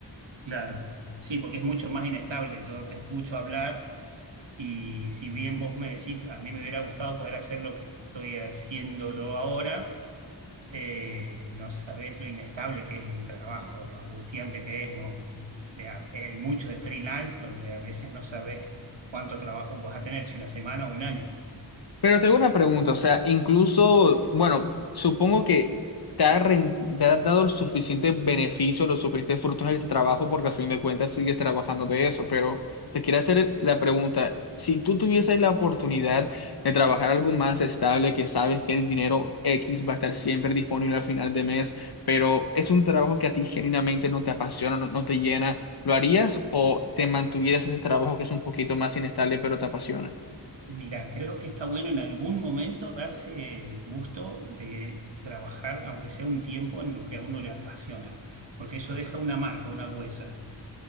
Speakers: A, on the right; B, on the left.
A: claro. Sí, porque es mucho más inestable. Yo te escucho hablar y si bien vos me decís, a mí me hubiera gustado poder hacer lo que estoy haciendo yo ahora, Eh, no sabés lo inestable que es el trabajo, lo angustiante que es, no, de a- eh, hay mucho de freelance donde a veces no sabés cuánto trabajo vas a tener, si una semana o un año.
B: Pero tengo una pregunta, o sea, incluso, bueno, supongo que te ha, ren- te ha dado el suficiente beneficio, los suficientes frutos de este trabajo, porque al fin de cuentas sigues trabajando de eso, pero te quiero hacer la pregunta, si tú tuvieses la oportunidad de trabajar algo más estable, que sabes que el dinero X va a estar siempre disponible al final de mes, pero es un trabajo que a ti genuinamente no te apasiona, no, no te llena, ¿lo harías o te mantuvieras en este trabajo que es un poquito más inestable, pero te apasiona?
A: Mira, creo que está bueno en algún momento darse el gusto de trabajar, aunque sea un tiempo, en lo que a uno le apasiona, porque eso deja una marca, una huella.